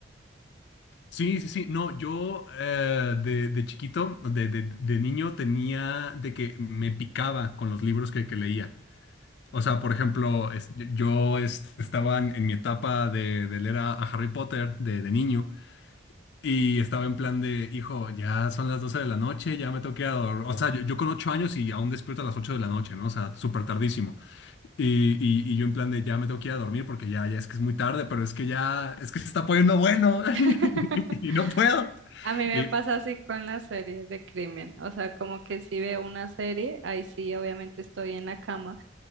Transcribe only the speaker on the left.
Sí, sí, sí. No, yo eh, de, de chiquito, de, de- de niño, tenía de que me picaba con los libros que, que leía. O sea, por ejemplo, es- yo es- estaba en, en mi etapa de, de leer a, a Harry Potter de, de niño y estaba en plan de, hijo, ya son las 12 de la noche, ya me tengo que ir a dor-". O sea, yo, yo con 8 años y aún despierto a las 8 de la noche, ¿no? O sea, súper tardísimo. Y, y- y yo en plan de ya me tengo que ir a dormir porque ya, ya es que es muy tarde, pero es que ya, es que se está poniendo bueno
<laughs> y no puedo.
Y